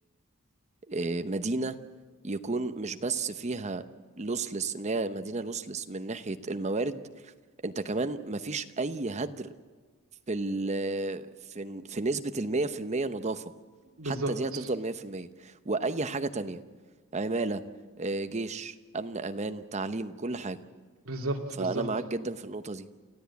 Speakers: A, on the right; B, on the right.
A: آه، مدينة يكون مش بس فيها لوسلس ان هي مدينة لوسلس من ناحية الموارد انت كمان مفيش اي هدر في ال آه، في في نسبة المية في المية نظافة
B: بالظبط
A: حتى دي هتفضل مية في المية واي حاجة تانية عمالة آه، جيش امن امان تعليم كل حاجة
B: بالظبط
A: فانا
B: بالظبط
A: معاك جدا في النقطة دي